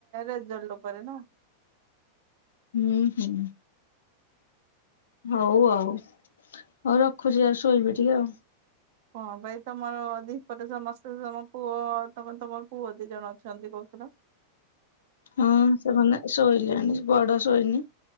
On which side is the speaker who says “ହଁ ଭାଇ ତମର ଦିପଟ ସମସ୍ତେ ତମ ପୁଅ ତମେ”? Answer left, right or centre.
Right